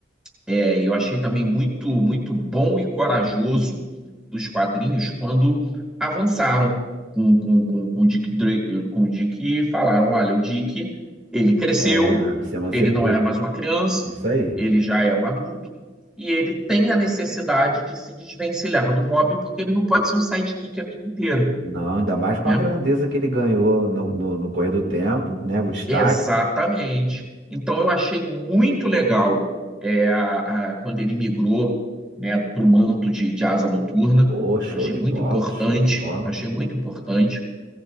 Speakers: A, in the centre; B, on the right.
A: é, eu achei também muito, muito bom e corajoso dos quadrinhos quando avançaram com, com, com, com o Dick, Dra- com o Dick e falaram: olha, o Dick, ele cresceu,
B: É, se emancipou.
A: ele não é mais uma criança,
B: Isso aí.
A: ele já é um adulto, e ele tem a necessidade de se desvencilhar do Robin, porque ele não pode ser um sidekick a vida inteira,
B: Não, ainda mais com
A: né?
B: a grandeza que ele ganhou no, no, no correr do tempo, né? O destaque.
A: Exatamente. Então eu achei muito legal é, a- a- quando ele migrou, né, para o manto de, de asa noturna.
B: Pô, show
A: Eu achei
B: de
A: muito
B: bola,
A: importante,
B: show de bola.
A: achei muito importante.